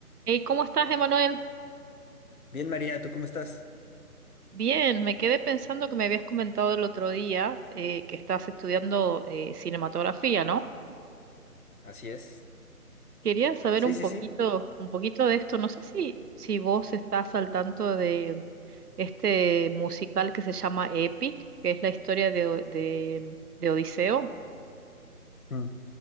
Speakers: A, on the right; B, on the left.
A: Hey, ¿cómo estás, Emanuel?
B: Bien, María, ¿tú cómo estás?
A: Bien, me quedé pensando que me habías comentado el otro día eh, que estás estudiando eh, cinematografía, ¿no?
B: Así es.
A: Quería saber
B: Sí,
A: un
B: sí,
A: poquito,
B: sí.
A: un poquito de esto. No sé si, si vos estás al tanto de este musical que se llama Epic, que es la historia de, O- de, de Odiseo.
B: Mm.